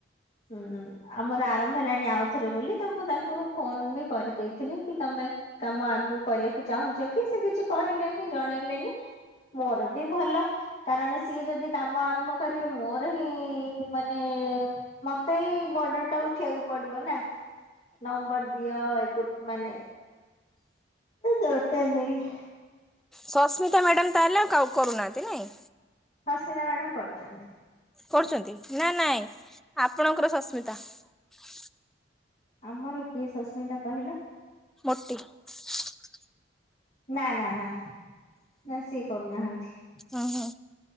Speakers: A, on the left; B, in the centre.
A: ହୁଁ ଆମର ପ୍ରାରମ୍ଭ ହେଲାଣି ଆଉ ଥରେ ବୋଲି ତ ମୁଁ ତାଙ୍କୁ ଫୋନ ବି କରିଦେବି ଥିଲ କି ତମେ କାମ ଆଗକୁ କରିବାକୁ ଚାହୁଁଛ ସେ କିଛି କହିଲେନି ଜଣେଇଲେନି । ମୋର ବି ଭଲ । କାରଣ ସିଏ ଯଦି କାମ ଆରମ୍ଭ କରିବେ ମୋର ନାହିଁ ମାନେ ମତେ ହିଁ ବର୍ଡନ ଟା ଉଠେଇବାକୁ ପଡିବ ନା । ନମ୍ବର ଦିଅ ମାନେ ଦରକାର ନାହିଁ ।
B: ସସ୍ମିତା ମ୍ୟାଡାମ ତାହେଲେ ଆଉ କରୁନାହାଁନ୍ତି ନାଇଁ।
A: ସସ୍ମିତା ମ୍ୟାଡାମ କରୁଛନ୍ତି ।
B: କରୁଛନ୍ତି? ନା ନାଇଁ ଆପଣଙ୍କର ସସ୍ମିତା ତାଃ
A: ଆମର କିଏ ସସ୍ମିତା କହିଲ?
B: ମୋଟି। <inaudible>
A: ନାଁ ନାଁ ନାଁ ନାଁ ସିଏ କରୁନାହାନ୍ତି।
B: ହୁଁ ହୁଁ।